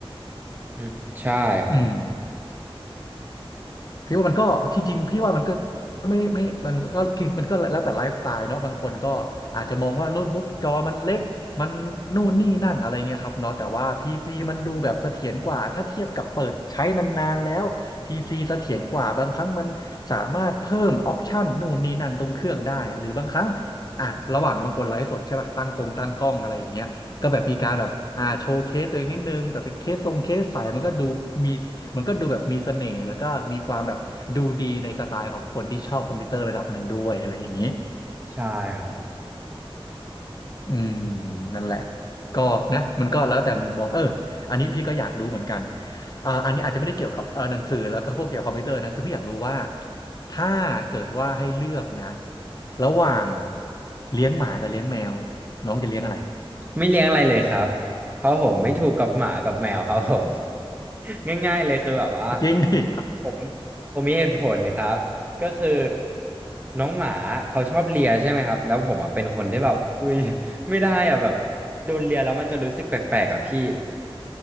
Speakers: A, on the right; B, on the left.
A: อืมใช่ครับ
B: อืม พี่ว่ามันก็จริงๆพี่ว่ามันก็ไม่ไม่มันก็คือมันก็แล้วแต่ไลฟ์สไตล์เนาะบางคนก็อาจจะมองว่าโน้ตบุ๊กจอมันเล็กมันนู่นนี่นั่นอะไรเงี้ยครับเนาะแต่ว่า PC มันดูแบบเสถียรกว่าถ้าเทียบกับเปิดใช้นานๆแล้ว PC เสถียรกว่าบางครั้งมันสามารถเพิ่มออปชันนู่นนี่นั่นตรงเครื่องได้หรือบางครั้งอ่ะระหว่างบางคนไลฟ์สดใช่ป่ะตั้งกงตั้งกล้องอะไรอย่างเงี้ยก็แบบมีการแบบอ่าโชว์เคสตัวเองนิดนึงแบบเป็นเคสทรงเคสใสมันก็ดูมี มันก็ดูแบบมีเสน่ห์แล้วก็มีความแบบดูดีในสไตล์ของคนที่ชอบคอมพิวเตอร์ระดับหนึ่งด้วยอะไรอย่างนี้
A: ใช่ครับ
B: อืมนั่นแหละก็นะมันก็แล้วแต่มุมมองเอออันนี้พี่ก็อยากรู้เหมือนกันอ่าอันนี้อาจจะไม่ได้เกี่ยวกับเอ่อหนังสือแล้วก็พวกเกี่ยวกับคอมพิวเตอร์นะคือพี่อยากรู้ว่าถ้าเกิดว่าให้เลือกนะระหว่างเลี้ยงหมากับเลี้ยงแมวน้องจะเลี้ยงอะไร
A: ไม่เลี้ยงอะไรเลยครับเพราะผมไม่ถูกกับหมากับแมวครับผม <laughs> ง่ายๆเลยคือแบบว่า
B: จริงดิ
A: ผมผมมีเหตุผลนะครับก็คือน้องหมาเขาชอบเลียใช่ไหมครับแล้วผมอ่ะเป็นคนที่แบบเฮ้ยไม่ได้อ่ะแบบโดนเลียแล้วมันจะรู้สึกแปลกๆอ่ะพี่